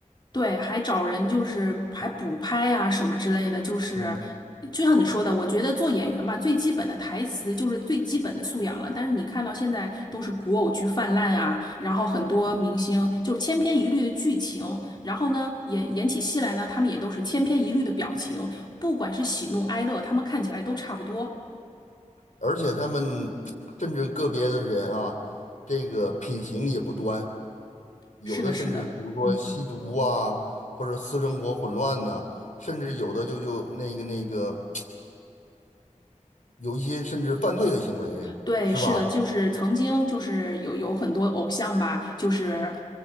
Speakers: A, on the left (about 35°); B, on the left (about 75°).
A: 对，还找人就是还补拍啊什么之类的，就是
B: 嗯，
A: 就像你说的，我觉得做演员吧，最基本的台词就是最基本的素养了。但是你看到现在都是古偶剧泛滥啊，然后很多明星就是千篇一律的剧情，然后呢演演起戏来呢，他们也都是千篇一律的表情，不管是喜怒哀乐，他们看起来都差不多。
B: 而且他们甚至个别的人啊，这个品行也不端，有的甚至比如说吸毒啊，
A: 是的，是的，嗯。
B: 或者私生活混乱呢，甚至有的就就那个那个有一些甚至犯罪的行为，
A: 对，
B: 是吧？
A: 是的，就是曾经就是有有很多偶像吧，就是